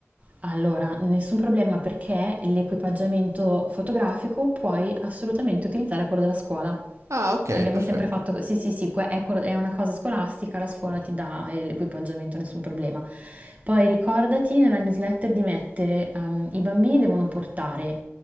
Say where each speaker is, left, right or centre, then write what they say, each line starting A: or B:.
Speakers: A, on the right; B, on the right.
A: Allora, nessun problema perché l'equipaggiamento fotografico puoi assolutamente utilizzare quello della scuola.
B: Ah, ok,
A: Abbiamo
B: perfetto.
A: sempre fatto, co- sì, sì, sì, que- è, quello- è una cosa scolastica, la scuola ti dà eh, l'equipaggiamento, nessun problema. Poi ricordati nella newsletter di mettere, ehm, i bambini devono portare,